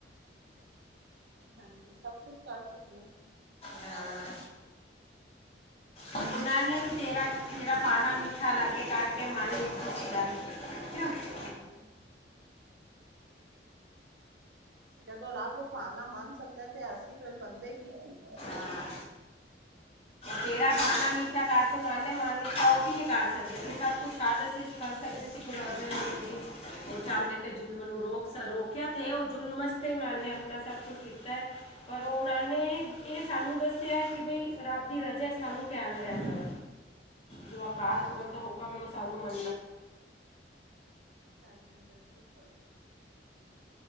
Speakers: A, on the right; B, on the left.
A: ਹਾਂਜੀ ਸਭ ਕੁਛ ਕਰ ਸਕਦੇ
B: ਹਾਂ ਉਹਨਾਂ ਨੇ ਵੀ ਤੇਰਾ ਤੇਰਾ ਪਾਣਾ ਵੀ ਅਛ ਲਾ ਕੇ ਕਰ ਕੇ ਮਾਲ ਲ ਖਛ ਲਉਂ ਹਾਂ ਕਿਂ
A: ਹਾਂਜੀ ਜਦੋਂ ਰੱਬ ਪਾਣਾ ਮੰਨ ਸਕਦਾ ਤੇ ਅਸੀਂ ਫਿਰ ਬੰਦੇ ਕੀ ਕੀ
B: ਹਾਂ ਤੇਰਾ ਬਾਹਣਾ ਮੀਠਾ ਕਰਕੇ ਉਹਨਾਂ ਨੇ ਮੰਨ ਲਿੱਤਾ ਉਹ ਕੀ ਨਹੀਂ ਕਰਢ ਸਕਦੇ ਸੀ ਸਭ ਕੁਛ ਕਰ ਦ ਕਰ ਸਕਦੇ ਸੀ ਗੁਰੂ ਅਰਜਨ ਦੇਵ ਜੀ
A: ਹਾਂਜੀ
B: ਉਹ ਚਦੇ ਤੇ ਜ਼ੁਲਮ ਨੂੰ ਰੋਕ ਰੋਕਿਆ ਤੇ ਉਹ ਜ਼ੁਲਮਸ ਤੇ ਉਹਨਾਂ ਨੇ ਆਪਣਾ ਸਭ ਕੁਛ ਕੀਤਾ ਹੈ ਪਰ ਉਹਨਾਂ ਨੇ ਇਹ ਸਾਨੂੰ ਦੱਸਿਆ ਕਿ ਬਈ ਰੱਬ ਦੀ ਰਜਾ ਸਾਨੂੰ ਕੇਆਵੇ ਰਹਿਦਾ ਹੈ ਜ ਅਕਾਲ
A: ਹਾਂਜੀ
B: ਪੂਰਖ ਦਾ ਸੂਖਮ ਏ ਉਹ ਸਾਨੂੰ <unintelligible> ਹ
A: ਹਾਂਜੀ ਬਿਲਕੁਲ ਸਹੀ